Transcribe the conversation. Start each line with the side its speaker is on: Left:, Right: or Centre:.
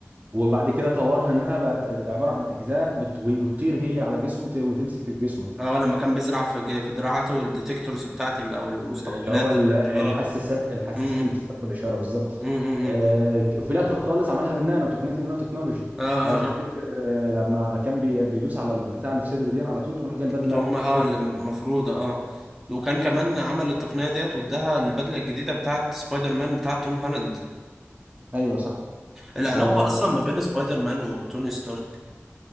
Right: وبعد كده طورها انها بقت عباره عن اجزاء بت- وبتطير هي على جسمه وت- وتمسك في جسمه
Centre: اه لما كان بيزرع في ج- في دراعاته الديتكتورز بتاعت ال... او المستقبلات
Right: اللي هو ال-
Centre: الاشاره
Right: الحساسات الحساسات
Centre: امم
Right: اللي بتستقبل الاشاره بالظبط
Centre: امم
Right: آه، وفي الاخر خالص عملها بالنانو تقنيه النانو تكنولوجي
Centre: اه
Right: لو
Centre: اه
Right: تفتكر
Centre: اه
Right: آه، لما كان بي- بيدوس على البتاع اللي في صدره دي على طول تروح جايه البدله
Centre: بتقوم اه
Right: تظهر
Centre: المفروضه اه وكان كمان عمل التقنيه ديت واداها البدله الجديده بتاعت سبايدر مان بتاعت توم هولاند
Right: ايوه صح
Centre: العلاقه
Right: آه،
Centre: اصلا ما بين سبايدر مان وتوني ستارك